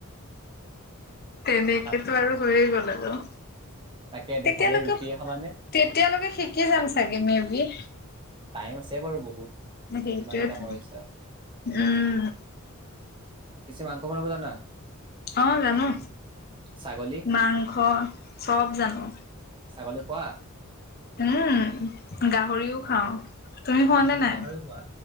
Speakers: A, on the left; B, on the right.
A: তেনেকেতো
B: ভাত
A: আৰু হৈয়ে গ'ল। আৰু
B: তাকেটো
A: তেতিয়ালৈকে
B: সদায় ৰুটিয়ে খাবানে?
A: তেতিয়ালৈকে শিকি যাম চাগে মে বি
B: টাইম আছে বাৰু বহুত।
A: সেইটোৱেতো
B: কিমানো ডাঙৰ হৈছা?
A: উম
B: পিছে মাংস বনাব জানা?
A: অ জানো
B: ছাগলী
A: মাংস চব জানো
B: ছাগলী খোৱা?
A: উম গাহৰিও খাওঁ খোৱা
B: বাঁহ
A: নে
B: তুমি
A: নাই
B: গাহৰিও খোৱা